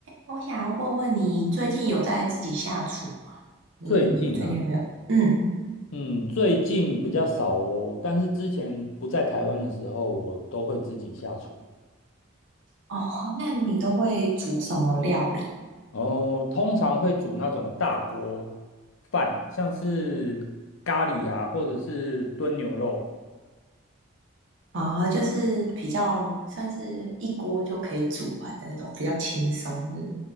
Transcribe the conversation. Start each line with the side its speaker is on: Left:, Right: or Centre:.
Right: 我想要问问你，最近有在自己下厨吗？就是你最近有没有？
Left: 最近啊，
Right: 嗯，
Left: 嗯，最近比较少哦，但是之前不在台湾的时候，我都会自己下厨。
Right: 哦，那你都会煮什么料理？
Left: 然后通常会煮那种大锅饭，像是咖喱啊，或者是炖牛肉。
Right: 哦，就是比较算是一锅就可以煮完的那种，比较轻松的。